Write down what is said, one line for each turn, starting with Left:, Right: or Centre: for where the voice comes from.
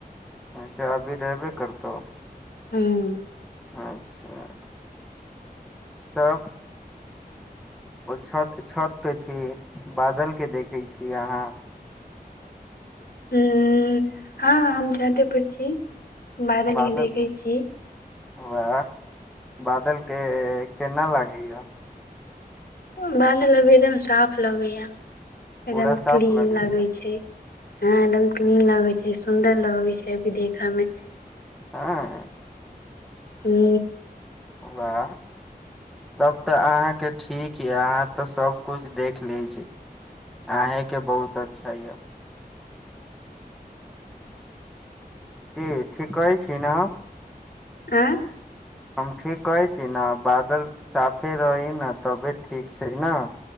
Centre: अच्छा अभी रहबे करतौ
Left: हूं
Centre: अच्छा तब ओ छत छत पे छीही बादल के देखे छिय अहाँ
Left: हँ हम छते पर छी बादलके
Centre: बादल
Left: देखैत छी
Centre: वाह बादल के केना लागै ये
Left: बादल अभी एकदम साफ लगैए एकदम
Centre: पूरा साफ
Left: क्लीन
Centre: लगैया
Left: लगै छै हँ एकदम क्लीन लगैत छै सुन्दर लगैत छै अभी देख मे
Centre: हँ
Left: हु
Centre: वाह तब त आहाँ के ठीक ये आहाँ ते सब कुछ देख लय छी आहे के बहुत अच्छा यऽ की ठीक कहै छी ना हम
Left: आँ
Centre: हम ठीक कहै छी ने बादल साफे रहै ने तबे ठीक छै ना